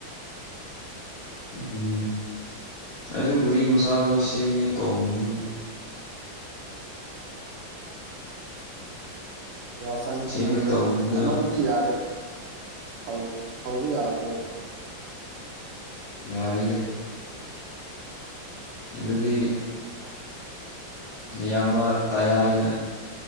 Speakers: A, on the left (about 55°); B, on the right (about 65°).
A: ꯎꯨ ꯎꯝ ꯑꯩꯁꯨ ꯒꯨꯔꯤ ꯃꯆꯥꯗꯣ ꯁꯦꯝꯒꯦ ꯇꯧꯕꯅꯦꯕ
B: ꯀꯌꯥ ꯆꯪꯉꯅꯤ
A: ꯁꯦꯝꯒꯦ
B: ꯍꯥꯏꯕ꯭ꯔꯣ
A: ꯇꯧꯕꯗꯨꯗ
B: ꯑꯃꯗꯨꯗꯤ ꯌꯥꯔꯦ ꯍꯧ ꯍꯧꯕ ꯌꯥꯕ꯭ꯔꯣ?
A: ꯌꯥꯔꯤꯗ ꯅꯗꯨꯗꯤ ꯅꯌꯥꯝꯕ ꯇꯥꯌꯥꯥꯏꯅ